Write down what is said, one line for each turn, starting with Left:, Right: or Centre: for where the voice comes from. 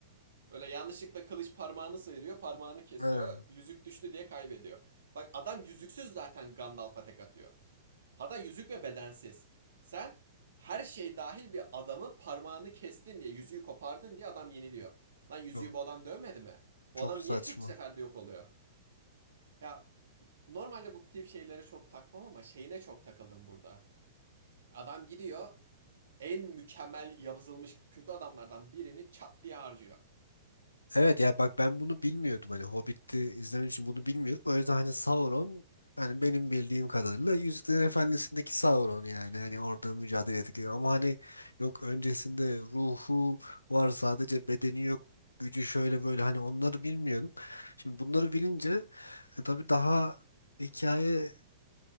Right: Böyle yanlışlıkla kılıç parmağını sıyırıyor, parmağını kesiyor,
Left: Ha,
Right: yüzük düştü diye kaybediyor. Bak adam yüzüksüz zaten Gandalf'a tek atıyor. Hatta yüzük ve bedensiz. Sen her şey dahil bir adamın parmağını kestin diye, yüzüğü kopardın diye adam yeniliyor. Lan yüzüğü
Left: Çok,
Right: bu adam dövmedi mi?
Left: çok
Right: Bu adam
Left: saçma.
Right: niye tek seferde yok oluyor? Ya normalde bu tip şeylere çok takmam ama şeyine çok takıldım burada. Adam gidiyor en mükemmel yazılmış kötü adamlardan birini çat diye harcıyor.
Left: Evet yani bak ben bunu bilmiyordum hani Hobbit'i izlemek için bunu bilmiyorum. O yüzden hani Sauron hani benim bildiğim kadarıyla Yüzüklerin Efendisi'ndeki Sauron yani hani orada mücadele ettik. Ama hani yok öncesinde ruhu var sadece bedeni yok gücü şöyle böyle hani onları bilmiyordum Şimdi bunları bilince e, tabii daha hikaye